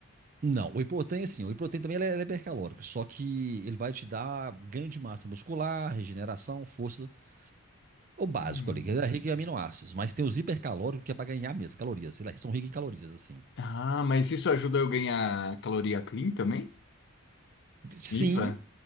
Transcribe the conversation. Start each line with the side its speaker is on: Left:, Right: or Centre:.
Right: Não, o Iprotein, assim, o Iprotein também ele é, ele é hipercalórico, só que ele vai te dar ganho de massa muscular, regeneração, força, o básico
Left: Uhum.
Right: ali, que é rico em aminoácidos, mas tem os hipercalóricos que é para ganhar mesmo, calorias, eles são ricos em calorias, assim.
Left: Ah, mas isso ajuda eu ganhar caloria clean também?
Right: Sim
Left: Limpa?